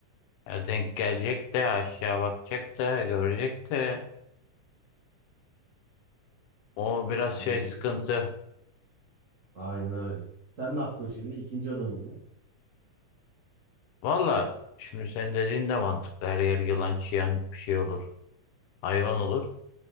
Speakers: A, on the left (about 80°); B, on the right (about 90°).
A: E, denk gelecek de aşağı bakacak da görecek de. O biraz
B: Yani
A: şey sıkıntı.
B: bu- aynen öyle. Sen ne yaptın şimdi? İkinci adımın ne?
A: Valla şimdi senin dediğin de mantıklı. Her yer yılan çiyan bir şey olur. Hayvan olur.